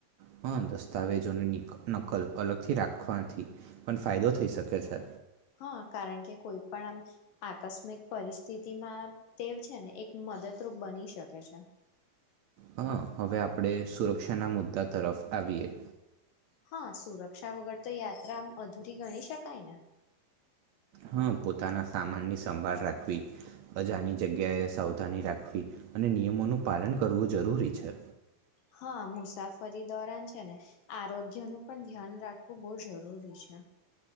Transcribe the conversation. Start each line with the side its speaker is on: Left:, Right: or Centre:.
Right: હ દસ્તાવેજોની નકલ અલગ થી રાખવાથી પણ ફાયદો થઈ શકે છે
Left: હા કારણ કે કોઈ પણ આમ આકસ્ મિક પરિસ્થિતિમાં તે છે ને એક મદદરૂપ બની શકે છે
Right: હા હવે આપણે સુરક્ષાના મુદ્દા તરફ આવીએ
Left: હા સુરક્ષા વગર તો યાત્રા અધૂરી ગણી શકાય ને
Right: હમ પોતાના સામાનની સંભાળ રાખવી અજાની જગ્યાએ સાવધાની રાખવી અને નિયમોનું પાલન કરવું જરૂરી છે
Left: હા મુસાફરી દોરાન છે ને આરોગ્યનું પણ ધ્યાન રાખવું બહુ જરૂરી છે